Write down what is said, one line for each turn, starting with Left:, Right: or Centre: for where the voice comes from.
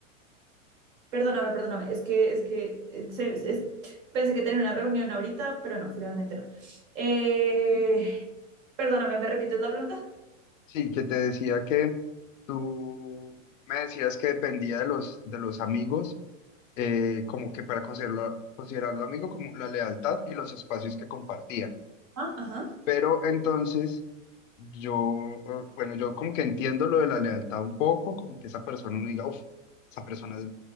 Right: Perdóname, perdóname. Es que, es que eh, se- es- pensé que tenía una reunión ahorita, pero no, finalmente no. Eh, perdóname, ¿me repites la pregunta?
Left: Sí, que te decía que tú me decías que dependía de los, de los amigos, eh, como que para considerarlo, considerarlo amigo, como la lealtad y los espacios que compartían.
Right: Ah, ajá.
Left: Pero entonces... Yo, eh, bueno, yo como que entiendo lo de la lealtad un poco, como que esa persona uno diga, uff, esa persona es